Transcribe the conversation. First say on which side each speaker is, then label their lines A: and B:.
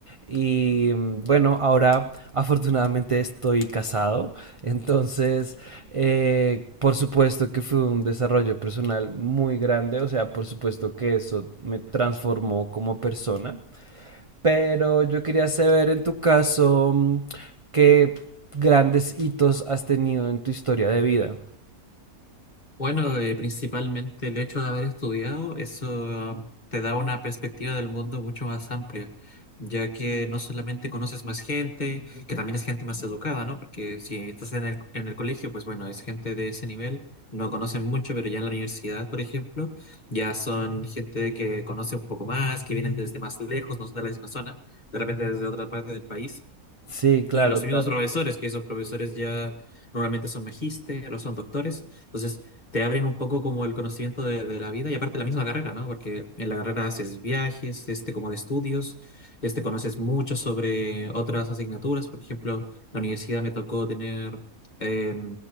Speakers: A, on the right; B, on the left.
A: Y mm, bueno, ahora... Afortunadamente estoy casado, entonces eh, por supuesto que fue un desarrollo personal muy grande, o sea, por supuesto que eso me transformó como persona, pero yo quería saber en tu caso mm, qué grandes hitos has tenido en tu historia de vida.
B: Bueno, eh, principalmente el hecho de haber estudiado, eso te da una perspectiva del mundo mucho más amplia, ya que no solamente conoces más gente, que también es gente más educada, ¿no? Porque si estás en el, en el colegio, pues bueno, es gente de ese nivel, no conocen mucho, pero ya en la universidad, por ejemplo, ya son gente que conoce un poco más, que vienen desde más lejos, no son de la misma zona, de repente desde otra parte del país.
A: Sí, claro,
B: Y los mismos
A: claro.
B: profesores, que esos profesores ya normalmente son magíster o son doctores, entonces te abren un poco como el conocimiento de, de la vida y aparte la misma carrera, ¿no? Porque en la carrera haces viajes, este como de estudios, este conoces mucho sobre otras asignaturas, por ejemplo, la universidad me tocó tener eh,